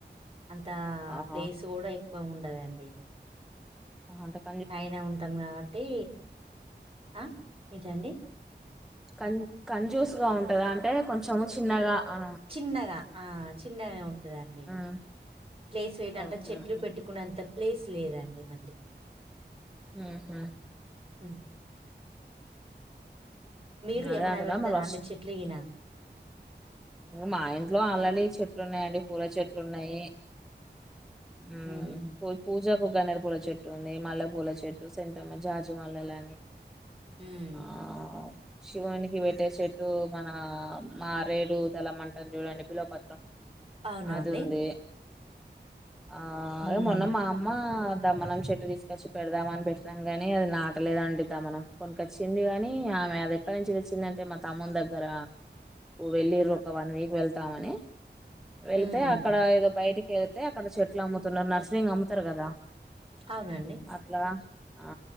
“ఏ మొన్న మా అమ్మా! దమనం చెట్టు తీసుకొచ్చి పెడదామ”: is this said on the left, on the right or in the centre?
Centre